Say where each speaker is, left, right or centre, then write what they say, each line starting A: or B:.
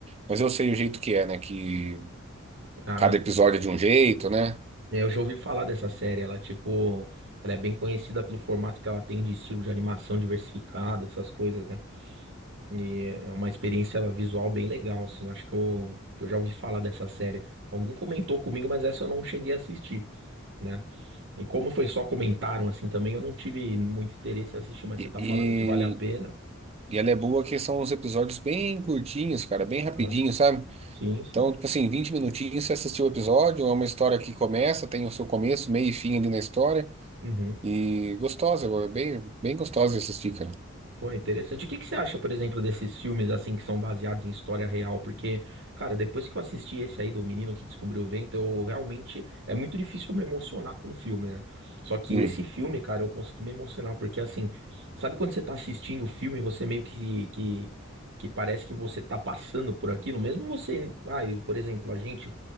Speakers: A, on the right; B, on the right.
A: mas eu sei o jeito que é, né? Que
B: Ah,
A: cada episódio é de um jeito, né?
B: É, Eu já ouvi falar dessa série, ela tipo, ela é bem conhecida pelo formato que ela tem de estilo de animação diversificado, essas coisas, né? E é uma experiência visual bem legal, assim, eu acho que eu, que eu já ouvi falar dessa série. alguém comentou comigo, mas essa eu não cheguei a assistir, né? E como foi só comentaram assim também, eu não tive muito interesse em assistir, mas
A: E,
B: você tá
A: e,
B: falando que vale a pena.
A: e ela é boa que são uns episódios bem curtinhos, cara, bem rapidinho,
B: Aham.
A: sabe?
B: Sim, sim.
A: Então, tipo assim, 20 minutinhos você assistiu o episódio, é uma história que começa, tem o seu começo, meio e fim ali na história.
B: Uhum.
A: E gostosa, é bem, bem gostosa de assistir, cara.
B: Pô, interessante. O que que você acha, por exemplo, desses filmes assim que são baseados em história real? Porque, cara, depois que eu assisti esse aí do Menino que Descobriu o Vento, eu realmente é muito difícil me emocionar com o filme, né? Só que
A: Hum,
B: esse filme, cara, eu consegui me emocionar porque assim, sabe quando você tá assistindo o filme, e você meio que que que parece que você tá passando por aquilo, mesmo você, ai, por exemplo, a gente